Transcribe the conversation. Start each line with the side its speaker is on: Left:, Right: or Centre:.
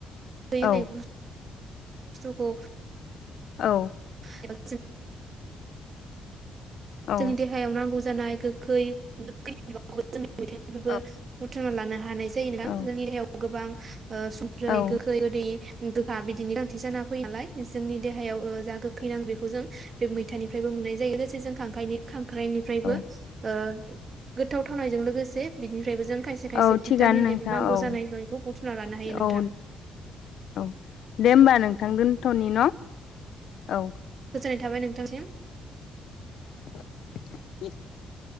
Right: होननाय
Left: औ
Right: बसथुखौ
Left: औ
Right: <unintelligible>
Left: औ
Right: जोंनि देहायाव नांगौ जानाय गोै मैथानिफ्रायबो
Left: औ
Right: थुनो लानो हानाय जायो नथां
Left: औ
Right: जोंनि देहायाव गोबां ओ संख्रै
Left: औ
Right: गोखै ओदै गोखा बिदिनि गोनांथि जाना फैयो नालाय जोंनि देहायाव जा गो फैनांग बे जों बे मैथानिफ्रायबो मोननाय जायो लोगोसे जों खांखाइनो खां ख्राइनिफ्रायबो
Left: औ
Right: ओ गोथाव थावनायजों लोगोसे बिनिफ्रायबो जों खायसे खायसे
Left: औ
Right: भिटामिन
Left: थिगानो नोंथां
Right: एबा नांगौ
Left: औ
Right: जानाय लयखौ बुथुना लानो हायो
Left: औ
Right: नोंथां।
Left: औ दे होमबा नोंथां दोनथ'नि न' औ।
Right: गोजोननाय थाबाय नोंथांसिम
Left: <unintelligible>